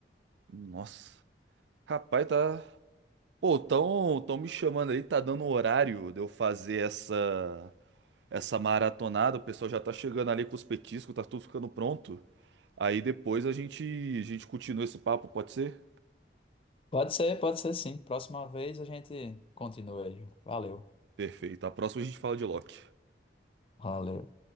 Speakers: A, on the right; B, on the left.
A: Nossa. Rapaz, tá. Pô, tão, tão me chamando aí, tá dando um horário de eu fazer essa essa maratonada. O pessoal já tá chegando ali com os petiscos, tá tudo ficando pronto. Aí depois a gente a gente continua esse papo, pode ser?
B: Pode ser, pode ser sim. Próxima vez a gente continua aí. Valeu.
A: Perfeito. A próxima a gente fala de Loki.
B: Valeu.